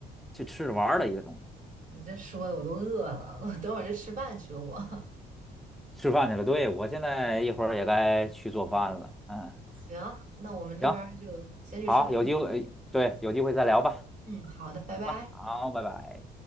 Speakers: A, in the centre; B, on the right (about 45°).
A: 去吃着玩儿的一个东西。
B: 你这说的我都饿了，我等会儿就吃饭去了我。<laughs>
A: 吃饭去了，对，我现在一会儿也该去做饭了。嗯，
B: 行，那我们这边儿就先去吃饭。
A: 行，好，有机会，哎对，有机会再聊吧。
B: 嗯，好的，拜拜。
A: 行吧，好，拜拜。